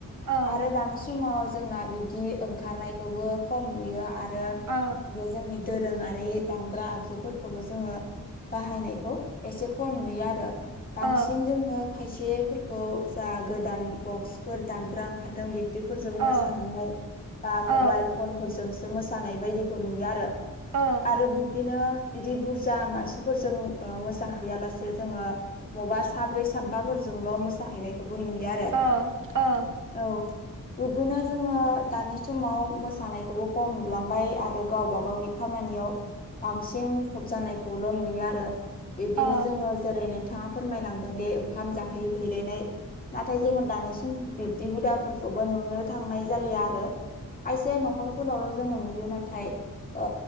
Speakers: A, on the right; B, on the left.
A: औ
B: आरो दानि समाव जोंना बिब्दि ओंखारनायखौबो खम नुयो आरो
A: ओ
B: बे जोंनि दोरोङारि दामग्रा आगजुफोरखौबो जोङो बाहायनायखौ एसे खम नुयो आरो बांसिन
A: औ
B: जोङो खायसेफोरखौ जा गोदान बक्सफोर दामग्रा ओंखारदों बे बेफोरजों
A: औ
B: मोसाहैनाय बा
A: औ
B: मबाइल फन फोरजोंसो मोसानाय बायदिखौ नुयो आरो
A: औ
B: आरो बिबदिनो। बिदि बुरजा मासिफोरजों ओ मोसाहैयालासे जोङो। बबा साब्रै साबबाफोरजोंल' मोसाहैनायखौबो नुयो आरो।
A: ओ ओ।
B: औ बिदिनो जोङो। दानि समाव मोसानायखौबो खम नुलांबाय आरो गावबा गावनि खामानियाव। बांसिन मुखुब जानायखौल' नुयो आरो बिब्दिनो
A: औ
B: जोङो जेरै नोंथाङा फोरमायलांदों दि ओंखाम जाहैहैलायनाय। नाथाय जोङो दानि समाव बिब्दि हुदाफोरखौबो नुनो थांनाय जालिया आरो खायसेया न'खरफोरावल' जोङो नुयो नाथाय। ओ